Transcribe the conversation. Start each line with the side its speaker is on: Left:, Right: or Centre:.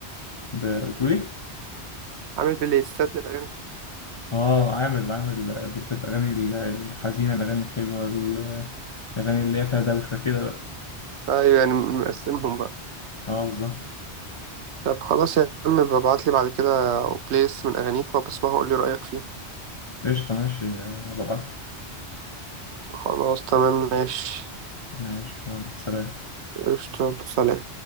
Left: ب- بتقول ايه
Right: عامل بلايستات للاغاني
Left: اه عامل عامل بيست اغاني ال- الحزينه الاغاني الحلوه ال- الاغاني اللي هي فيها دوشه كده بقى
Right: ايوه يعني مقسمهم بقى
Left: اه بالظبط
Right: طب خلاص يا عم ببعت لي بعد كده بلاي ليست من اغانيك وبسمعها وقول لي رايك فيها
Left: قشطه ماشي هبقى ابعتلك
Right: خلاص تمام ماشي
Left: ماشي يلا سلام
Right: قشطة سلام